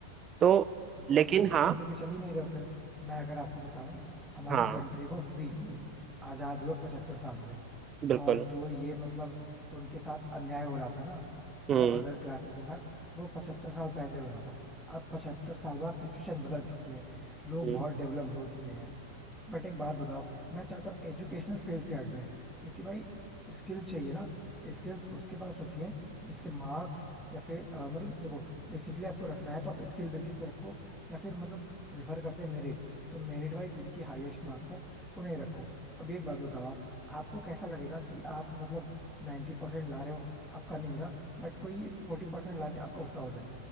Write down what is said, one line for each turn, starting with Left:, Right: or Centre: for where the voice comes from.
Right: तो
Centre: वो
Right: लेकिन
Centre: आप सबको
Right: हाँ
Centre: साथ लेके चल ही नहीं रहे हो फिर मैं अगर आपको बताऊं हमारी
Right: हाँ
Centre: कंट्री को फ्री हुए आजाद हुए पचहत्तर साल हो गए
Right: बिल्कुल
Centre: और जो ये मतलब उनके साथ अन्याय हो रहा था ना मतलब
Right: हम्म
Centre: अदर क्लासेस के साथ वो पचहत्तर साल पहले हो रहा था अब पचहत्तर साल बाद सिचुएशन बदल चुकी है लोग
Right: हम्म
Centre: बहुत डेवलप्ड हो चुके हैं बट एक बात बताओ मैं चाहता हूँ एजुकेशनल फील्ड से हट जाए क्योंकि भाई स्किल्स चाहिए ना स्किल्स उसके पास होती है जिसके मार्क्स या फिर अ, मतलब देखो बेसिकली आपको रखना है तो आप स्किल बेसिस पे रखो या फिर मतलब प्रिफर करते हैं मेरिट तो मेरिट वाइज जिनकी हाईएस्ट मार्क्स है उन्हें रखो अभी एक बात बताओ आप आपको कैसा लगेगा कि आप मतलब नाइन्टी परसेंट ला रहे हो आपका नहीं हो रहा बट कोई फोर्टी परसेंट ला दे आपका उसका हो जाए?